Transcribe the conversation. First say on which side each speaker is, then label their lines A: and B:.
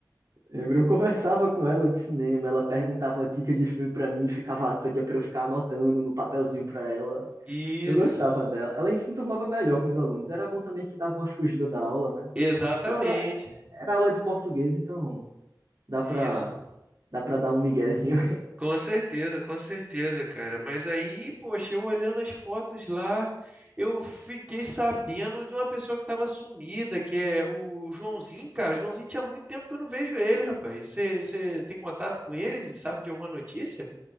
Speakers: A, on the right (about 55°); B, on the right (about 20°).
A: Lembro, eu conversava com ela de cinema, ela perguntava dica de filme pra mim, ficava, pedia pra eu ficar anotando no papelzinho pra ela.
B: Isso,
A: Eu gostava dela. Ela se enturmava melhor com os alunos. Era bom também que dava uma fugida da aula, né?
B: exatamente.
A: Ela era, era aula de português, então dá pra,
B: Isso.
A: dá pra dar um miguezinho.
B: Com certeza, com certeza, cara. Mas aí, poxa, eu olhando as fotos lá, eu fiquei sabendo de uma pessoa que estava sumida, que é o Joãozinho, cara. O Joãozinho tinha muito tempo que eu não vejo ele, rapaz. Você você tem contato com eles e sabe de alguma notícia?